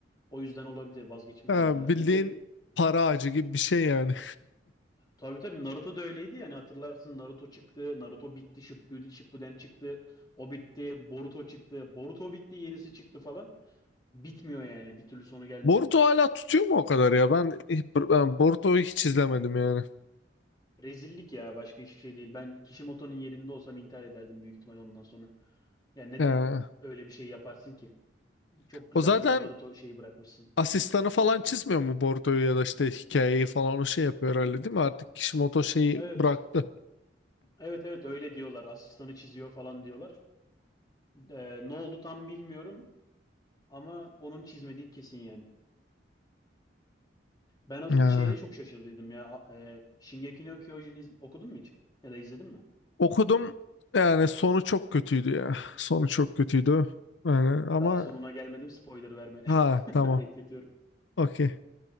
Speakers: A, on the left; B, on the left.
A: O yüzden olabilir, vazgeçmiyor
B: Ha,
A: olabilirler.
B: bildiğin
A: Bir de
B: para ağacı gibi bir şey yani.
A: Tabii tabii Naruto da öyleydi yani hatırlarsın Naruto çıktı, Naruto bitti, Shippuden, Shippuden çıktı, o bitti, Boruto çıktı, Boruto bitti, yenisi çıktı falan. Bitmiyor yani bir türlü sonu gelmiyor.
B: Boruto hala tutuyor mu o kadar ya? Ben, ben Boruto'yu hiç izlemedim yani.
A: Rezillik ya başka hiçbir şey değil. Ben Kishimoto'nun yerinde olsam intihar ederdim büyük ihtimal ondan sonra. Yani neden
B: Ee,
A: öyle bir şey yaparsın ki? Çok güzel
B: o zaten
A: böyle Naruto şeyi bırakmışsın.
B: asistanı falan çizmiyor mu Boruto'yu ya da işte hikayeyi falan o şey yapıyor herhalde değil mi? Artık Kishimoto şeyi
A: Evet,
B: bıraktı.
A: evet evet öyle diyorlar. Asistanı çiziyor falan diyorlar. Ee, ne oldu tam bilmiyorum ama onun çizmediği kesin yani. Ben asıl
B: Ya.
A: şeyde çok şaşırdıydım ya. E, Shingeki no Kyojin iz- okudun mu hiç? Ya da izledin mi?
B: Okudum yani sonu çok kötüydü ya. Sonu çok kötüydü. Yani ama
A: Daha sonuna gelmedim spoiler verme.
B: ha
A: <laughs>
B: tamam
A: Bekletiyorum.
B: okey.